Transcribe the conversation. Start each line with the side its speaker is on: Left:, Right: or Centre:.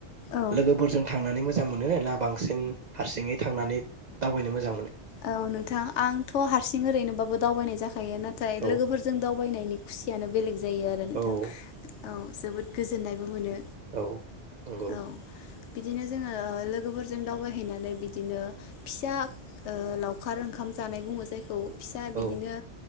Left: औ
Right: लोगोफोरजों थांनानै मोज मोजां मोनो ना बांसिन हारसिङै थांनानै दावबायनो मोजां मोनो?
Left: औ नोंथां आंथ' हारसिं ओरैनोबाबो दावबायनाय जाखा थायो नाथाय
Right: औ
Left: लोगोफोरजों दावबायनायनि खुसियानो बेलेग जायो आरो नोंथां
Right: औ
Left: औ जोबोद गोजोननायबो मोनो।
Right: औ नंगौ
Left: औ। बिदिनो जोङो ओ लोगोफोरजों दावबायहैनानै बिदिनो फिसा ओ लावखार ओंखाम जानाय बुङो जायखौ फिसा
Right: औ
Left: बिदिनो